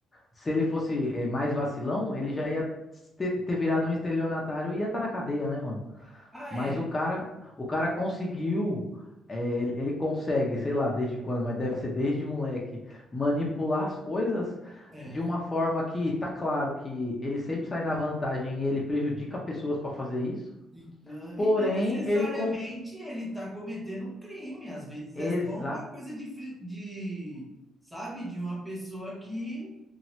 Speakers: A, on the left (about 25°); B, in the centre.
A: Se ele fosse é, mais vacilão, ele já ia ter, ter virado um estelionatário e ia estar na cadeia, né, mano?
B: Ah,
A: Mas
B: é.
A: o cara, o cara conseguiu, é, ele, ele consegue, sei lá, desde quando, mas deve ser desde moleque, manipular as coisas
B: É.
A: de uma forma que tá claro que ele sempre sai na vantagem e ele prejudica pessoas pra fazer isso.
B: E, ah,
A: Porém,
B: e não necessariamente
A: ele cons...
B: ele está cometendo um crime, às vezes
A: Exa...
B: é só uma coisa de, fri- de, sabe, de uma pessoa que